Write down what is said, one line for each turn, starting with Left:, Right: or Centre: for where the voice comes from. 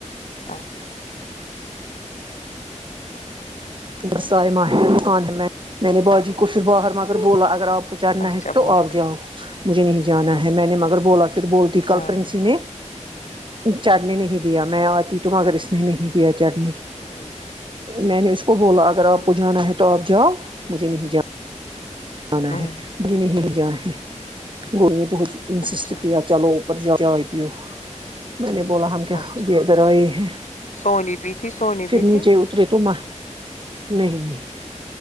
Left: اچھا
Right: ر سائم ہےکان ہے میں نے باجی کوچھ باہر مگر بولا اگر آپ کچھ چنا
Left: اچھا
Right: ہے تو
Left: بول
Right: آپ جاؤ مجھے نہیں جانا ہے میں نے مگر بولا پھر بولتی
Left: ہاں
Right: کل پرنسی نے چڑھنے نہیں دیا میں آتی تو مگر اس نے نہیں دیا چٹنی
Left: ہوں
Right: میں نے اس کو بولا اگر آپ
Left: ہوں،
Right: کو جانا ہے تو آپ جاؤ مجھے نہیں جا جا
Left: ہوں،
Right: ہے بری نہیں جان ہے گوئی نے بہت انسسٹ
Left: اچھا
Right: کیا چلو ا چائے پیو میں نے بولا ہم کیا
Left: اچھا
Right: یہ ادھر آئے ہیں
Left: سونی بھی تھی سونی
Right: پھر
Left: بھی تھی
Right: نیچے اترے تو م نہیں نہیں